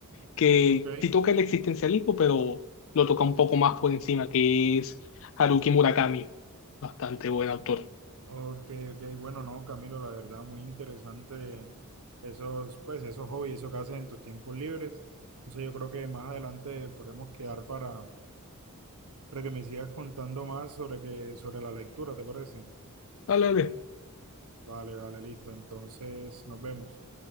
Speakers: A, on the left (about 60°); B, on the right (about 80°).
A: que
B: ¿ok?
A: sí toca el existencialismo, pero lo toca un poco más por encima, que es Haruki Murakami. Bastante buen autor.
B: Ok, ok, bueno, no, Camilo, la verdad, muy interesante esos, pues, esos hobbies, eso que haces en tus tiempos libres. Entonces yo creo que más adelante podemos quedar para, para que me sigas contando más sobre que, sobre la lectura, ¿te parece?
A: Dale, dale,
B: Vale, vale, listo. Entonces, nos vemos.